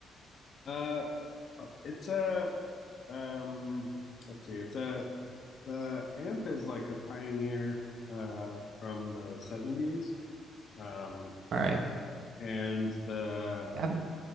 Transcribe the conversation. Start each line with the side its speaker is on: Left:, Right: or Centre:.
Left: Uh it's a um let's see. It's a the amp is like a pioneer uh from the 70s. Um
Right: All right.
Left: and the
Right: I've